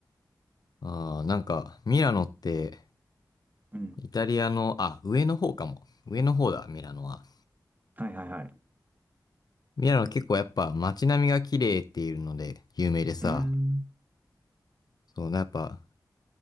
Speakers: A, on the left; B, on the right.
A: ああー、なんか、ミラノって、
B: うん。
A: イタリアの、あ、上の方かも。上の方だ、ミラノは。
B: はいはいはい。
A: ミラノは結構やっぱ街並みが綺麗っていうので有名でさ、
B: うーん。
A: そう、やっぱ、